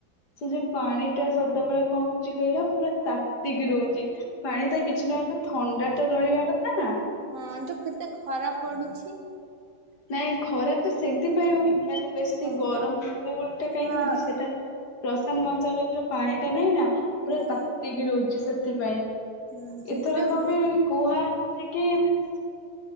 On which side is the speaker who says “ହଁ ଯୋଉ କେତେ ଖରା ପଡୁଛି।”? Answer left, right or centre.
Right